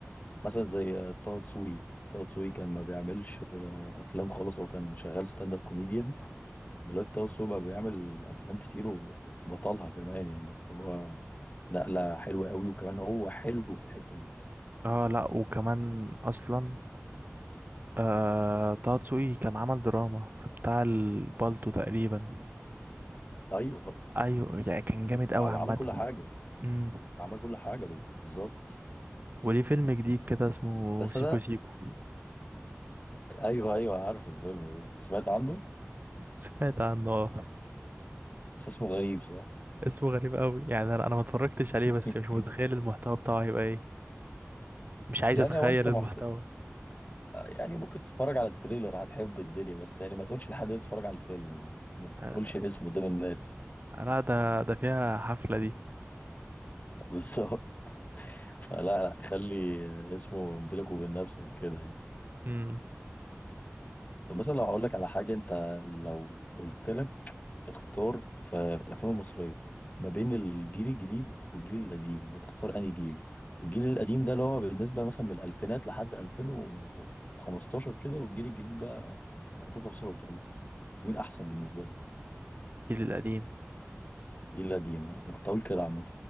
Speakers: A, on the left; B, on the right.
A: مثلا زي طه دسوقي طه دسوقي كان ما بيعملش آه، أفلام خالص هو كان شغال ستاند اب كوميديان دلوقتي طه دسوقي بقى بيعمل أفلام كتير وبطلها كمان يعني فهو نقلة حلوة قوي وكمان هو حلو في الحتة دي
B: اه لا وكمان اصلا آه طه دسوقي كان عمل دراما فبتاع البالتو تقريبا
A: أيوه
B: ايوه يعني كان جامد قوي
A: آه،
B: عامه
A: عمل كل حاجة
B: امم
A: عمل كل حاجة بالظبط
B: وليه فيلم جديد كده اسمه
A: بس
B: سيكو
A: أنا
B: سيكو
A: أيوه أيوه عارف الفيلم ده سمعت عنه
B: سمعت عنه آه.
A: بس اسمه غريب صح؟
B: اسمه غريب قوي يعني انا أنا ما اتفرجتش عليه
A: <laughs>
B: بس مش متخيل المحتوى بتاعه هيبقى ايه مش عايز
A: يعني
B: اتخيل
A: هو انت
B: المحتوى
A: محت... يعني ممكن تتفرج على التريلر هتحب الدنيا بس يعني ما تقولش لحد انت تتفرج على الفيلم يعني ما
B: آه
A: تقولش الاسم قدام الناس
B: لا ده ده فيها حفله دي
A: <laughs> بالظبط فلا لا خلي اسمه بينك وبين نفسك كده يعني
B: امم
A: طب مثلا لو هقول لك على حاجة انت لو قلت لك اختار في الافلام المصرية ما بين الجيل الجديد والجيل القديم هتختار انهي جيل والجيل القديم ده اللي هو بالنسبة مثلا من الالفينات لحد 2015 كده والجيل الجديد بقى 2015 وطالع مين احسن بالنسبه لك
B: الجيل القديم
A: جيل قديم ها؟ انا كنت هقول كده عامه